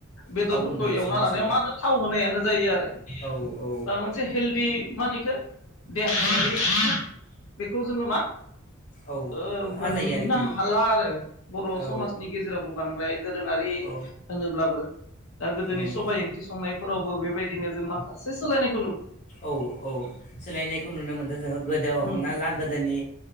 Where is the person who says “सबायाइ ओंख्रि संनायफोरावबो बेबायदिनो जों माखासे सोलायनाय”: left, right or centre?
Left